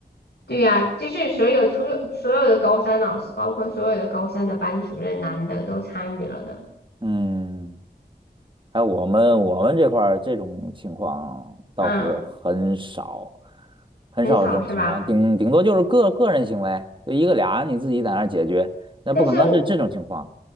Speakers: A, on the left; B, on the right.
A: 对呀、就是所有除了所有的高三老师，包括所有的高三的班主任，男的都参与了的。
B: 嗯，还有我们我们这块儿这种情况倒是很少，
A: 嗯，
B: 很少有这种情况，
A: 很少是吧？
B: 顶顶多就是个个人行为，就一个俩你自己在那儿解决，那不可能是这种情况。
A: 但是我